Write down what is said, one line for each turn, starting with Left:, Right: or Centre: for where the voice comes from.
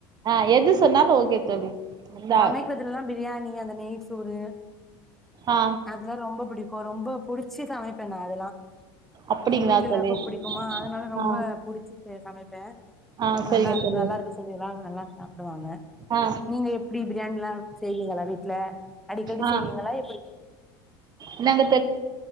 Right: ஆ எது சொன்னாலு ஓகே தோழி இந்தா
Centre: சமைக்கறதுலதா பிரியாணி நீ அந்த நெய் சோறு
Right: ஆ
Centre: அதெலா ரொம்ப புடிக் கு ரொம்ப புடிச் சு சமைப்பே நா அதுலா
Right: அப்டிங்களா
Centre: எங்க வீட்ல எல்லாருக்கு
Right: தோழி
Centre: புடிக்குமா அதனால ரொம்ப
Right: ஆ
Centre: புடிச்சி சமைப்பே
Right: ஆ சரிங்க
Centre: நல்லாருக்கு
Right: தோழி
Centre: நல்லாருக்கு சொல்லிலா நல்லா சாப்டுவாங்க
Right: ஆ
Centre: நீங்க எப் எப்டி பிரியாணிலா செய்விங்களா வீட்ல அடிக்கடி
Right: ஆ
Centre: செய்விங்களா எப்பிடி
Right: என்னங்க